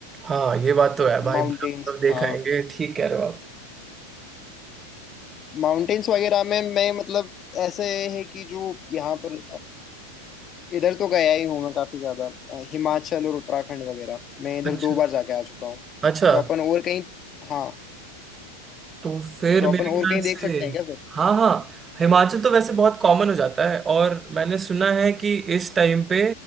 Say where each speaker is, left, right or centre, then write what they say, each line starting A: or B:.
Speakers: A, on the right; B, on the left.
A: हाँ ये बात तो है भाई
B: माउंटेन्स
A: बराबर देख
B: हाँ
A: आएंगे ठीक कह रहे हो आप
B: माउंटेन्स वगैरह में मैं मतलब ऐसे है कि जो यहाँ पर इधर तो गया ही हूँ मैं काफी ज्यादा अ, हिमाचल और उत्तराखंड वगैरह मैं इधर
A: अच्छा
B: दो बार जाके आ चुका हूँ
A: अच्छा
B: तो अपन और कहीं हाँ
A: तो फिर
B: तो
A: मेरे
B: अपन और
A: ख्याल
B: कहीं
A: से
B: देख सकते हैं क्या फिर
A: हाँ हाँ हिमाचल तो वैसे बहुत कॉमन हो जाता है और मैंने सुना है कि इस टाइम पे